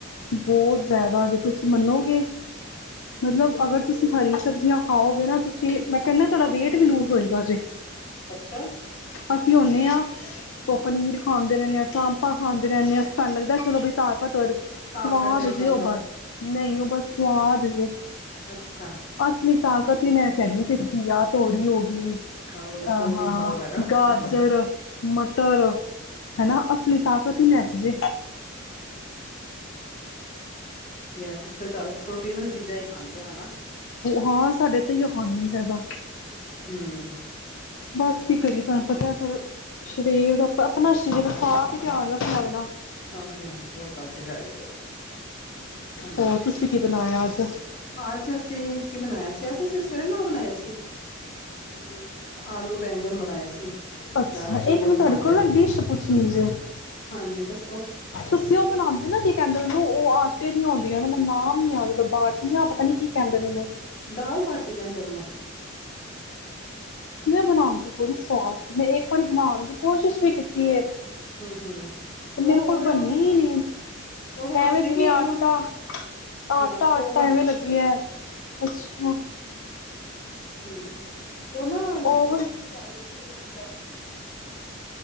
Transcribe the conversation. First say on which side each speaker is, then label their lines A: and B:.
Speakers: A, on the left (about 65°); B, on the left (about 45°).
A: ਬਹੁਤ ਜ਼ਿਆਦਾ ਜੇ ਤੁਸੀ ਮੰਨੋਗੇ ਮਤਲਬ ਅਗਰ ਤੁਸੀਂ ਹਰੀ ਸਬਜ਼ੀਆਂ ਖਾਓਗੇ ਨਾ ਮੈਂ ਕਹਨਿਆ ਤੁਹਾਡਾ ਵੇਟ ਵੀ ਲੂਜ ਹੋਏਗਾ ਜੇ
B: ਅੱਛਾ।
A: ਅਸੀਂ ਆਉਂਨੇ ਆ ਤੇ ਪਨੀਰ ਖਾਂਦੇ ਰਹਿੰਦੇਂ ਹਾਂ ਚਾਮਪਾਂ ਖਾਂਦੇ ਰਹਿੰਨੇ ਆ ਸਾਨੂੰ ਲੱਗਦਾ ਚਲੋਂ ਬਈ ਤਾਕਤਵਰ ਏ।
B: ਤਾਕਤ
A: ਸਵਾਦ
B: ਏ ਹਾਂ-ਹਾਂ
A: ਜੇ ਉਹ ਬਸ ਨਹੀਂ। ਉਹ ਬਸ ਸਵਾਦ ਜੇ
B: ਅੱਛਾ-ਅੱਛਾ
A: ਅਸਲੀ। ਤਾਕਤ ਹੀ ਮੈਂ ਸਹੀ ਸਿੱਖ਼ੀ ਹੈ। ਤੋਰੀ ਹੋ ਗਈਂ।
B: ਖਾਓ
A: ਅਹ
B: ਤੋਰੀ
A: ਹਾਂ
B: ਖਾਓ ਹਨਾ
A: ਗਾਜ਼ਰ।
B: ਹਾਂ
A: ਮਟਰ ਹਨਾ ਅਸਲੀ ਤਾਕਤ ਹੀ ਇਹਨਾਂ ਚ ਜੇ।
B: ਤੇ ਐ ਤੁਸੀਂ ਤਾਂ ਜ਼ਿਆਦਾ ਪ੍ਰੋਟੀਨ ਵਾਲੀ ਚੀਜ਼ਾਂ ਹੀ ਖਾਂਦੇ ਹੋ ਹਨਾ।
A: ਹਾਂ ।ਸਾਡੇ ਤਾਂ ਇਹੀ ੲੌ ਖਾਂਦੇ ਜ਼ਿਆਦਾ।
B: ਹਮ।
A: ਬਸ ਕੀ ਕਰੀਏ ਤੁਹਾਂਨੂੰ ਪਤਾਂ ਹੈਂ ਫ਼ਿਰ ਸ਼ਰੀਰ ਦਾ। ਆਪਣਾਂ ਸ਼ਰੀਰ ਏ ਆਪ ਹੀ ਧਿਆਂਨ ਰੱਖਣਾਂ ਪੈਣਾਂ।
B: ਹਾਂਜੀ ਹਾਂਜੀ ਉਹ ਗੱਲ਼ ਤਾਂ ਹੈ ਹੀ ਆ। ਹਮ।
A: ਹੋਰ ਤੁਸੀਂ ਕੀ ਬਣਾਇਆ ਅੱਜ
B: ਅੱਜ ਅਸੀਂ ਕੀ ਬਣਾਇਆਂ ਸੀ- ਅੱਜ਼ ਅਸੀਂ ਸਵੇਰੇ ਨਾਂ ਉਹ ਬਣਾਏ ਸੀ। ਹੂੰ ਆਲੂ ਬੈਂਗਨ ਬਣਾਏ ਸੀ।
A: ਅੱਛਾ।
B: ਨਾਲ ਚੋਲ
A: ਇਕ ਮੈਂ ਤੁਹਾਡੇ
B: ਖਾਂਦੇ
A: ਕੋਲੋ
B: ਨੇ
A: ਨਾਂ ਡਿਸ਼ ਪੁੱਛਣੀ ਸੀ।
B: ਹਾਂਜੀ ਦੱਸੋ
A: ਤੁਸੀਂ ਉਹ ਬਣਾਉਂਦੇ ਨਾਂ ਕਹਿੰਦੇ ਨੇ ਉਹਨੂੰ ਉਹ ਆਟੇ ਦੀਆਂ ਹੁੰਦੀਆਂ ਨੇ ਮੈਨੂੰ ਨਾਮ ਨੀਂ ਯਾਦ ਪਿਆ ।ਬਾਟੀਆਂ ਪਤਾ ਨੀਂ ਕੀ ਕਹਿੰਦੇ ਨੇਂ ਉਹਨੂੰ।
B: ਦਾਲ ਬਾਟੀ ਕਹਿੰਦੇ ਨੇਂ ਉਹਨੂੰ।
A: ਕਿਵੇਂ ਬਣਾਉਂਦੇ ੲੌ ਬੜੀ ਸਵਾਦ ਸੀ। ਮੈਂ ਇੱਕ ਵਾਰੀਂ ਬਣਾਉਂਣ ਦੀ ਕੋਸ਼ਿਸ਼ ਵੀ ਕੀਤੀ ਏਂ।
B: ਹੂੰ-ਹੂੰ
A: ਤੇ
B: ਉਹ
A: ਮੇਰੇ ਕੋਲ
B: ਉਹਦੇ
A: ਬਣੀ ਈ ਨੀਂ ।
B: ਉਹਦੇ
A: ਤੇ
B: ਵਾਸਤੇ
A: ਐਵੇਂ ਜਿਵੇਂ
B: ਕੀ ਓਵਨ
A: ਆਟਾ।
B: ਹਾਂ
A: ਆਟਾ ਆਟਾ
B: ਓਵਨ
A: ਐਵੇਂ ਲੱਗੀ ਜਾਏ। ਅੱਛਾ।
B: ਹਮ। ਉਹ ਨਾਂ -
A: ਓਵਨ